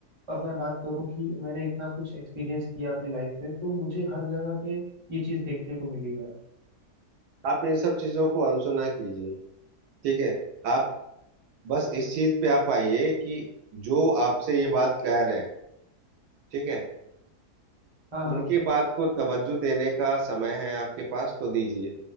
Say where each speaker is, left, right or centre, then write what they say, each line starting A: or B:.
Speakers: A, on the right; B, on the right.
A: अब मैं बात करूं कि मैंने इतना कुछ एक्सपीरियंस किया अपनी लाइफ में तो मुझे हर जगह पे ये चीज़ देखने को मिली है
B: आप इन सब चीजों को अनसुना कीजिए ठीक है आप बस इस चीज पे आप आइए कि जो आपसे ये बात कह रहे हैं ठीक है
A: हाँ हाँ
B: उनकी बात को तवज्जो देने का समय है आपके पास तो दीजिए